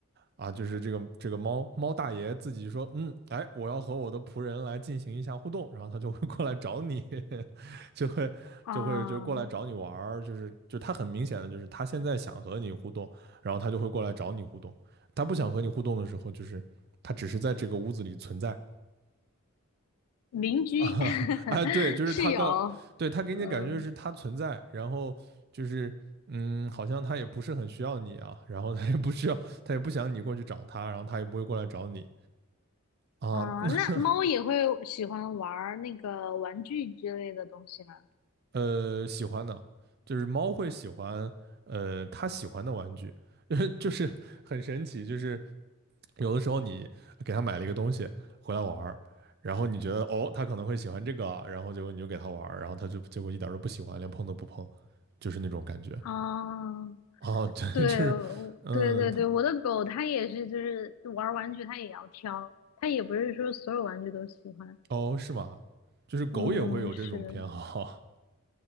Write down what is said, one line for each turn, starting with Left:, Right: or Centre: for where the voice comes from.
Right: 啊，就是这个这个猫猫大爷自己说，嗯，哎，我要和我的仆人来进行一下互动，然后他就会过来找你，<laughs> 就会就会就过来找你玩儿，
Left: 啊，
Right: 就是就他很明显的就是他现在想和你互动，然后他就会过来找你互动，他不想和你互动的时候，就是他只是在这个屋子里存在
Left: 邻居
Right: 啊，<laughs> 哎，对，
Left: <laughs>、
Right: 就是他告，
Left: 室友
Right: 对，他给你的感觉是他存在，
Left: 嗯，
Right: 然后就是嗯，好像他也不是很需要你啊，然后他也不需要，他也不想你过去找他，然后他也不会过来找你。啊，
Left: 啊，
Right: 那
Left: 那猫也会喜欢玩儿那个玩具之类的东西吗？
Right: <laughs> 呃，喜欢的，就是猫会喜欢，呃，它喜欢的玩具，<laughs> 就是很神奇，就是有的时候你给它买了一个东西回来玩儿，然后你觉得哦，它可能会喜欢这个啊，然后结果你就给它玩儿，然后它就结果一点儿都不喜欢，连碰都不碰，就是那种感觉。
Left: 啊，
Right: 哦，对，
Left: 对，
Right: <laughs> 就是，
Left: 我对对对，
Right: 嗯，它，
Left: 我的狗它也是，就是玩儿玩具它也要挑，它也不是说所有玩具都喜欢。
Right: 哦，是吗？就是狗也会有这种偏好，
Left: 嗯，是的，